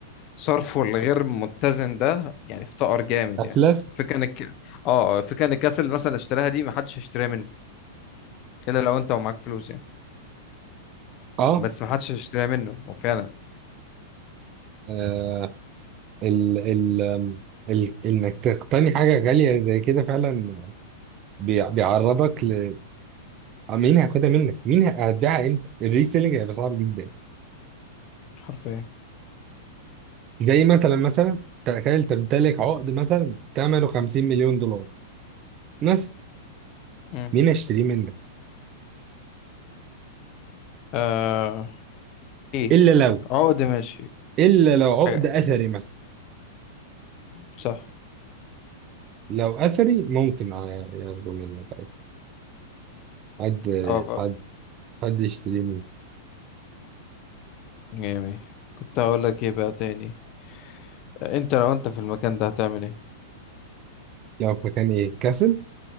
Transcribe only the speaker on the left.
صرفه الغير متزن ده يعني افتقر جامد
يعني فكرة ان الك... اه آه، فكرة ان الكاس اللي مثلا اللي اشتراها دي ما حدش هيشتريها منه الا لو انت ومعاك فلوس يعني
بس ما حدش هيشتريها منه هو فعلا
حرفيا
مم.
آه ايه
عقد ماشي
حاجة
صح
اه ف-
جميل كنت هقول لك ايه بقى تاني آه، انت لو انت في المكان ده هتعمل ايه